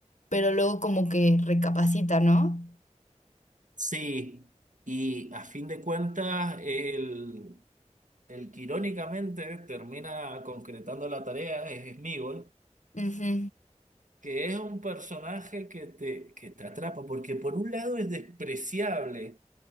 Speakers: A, on the left (about 75°); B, on the right (about 85°).
A: pero luego como que recapacita, ¿no?
B: Sí, y a fin de cuentas, el, el que irónicamente termina concretando la tarea es Smigol,
A: Ujú.
B: que es un personaje que te, que te atrapa, porque por un lado es despreciable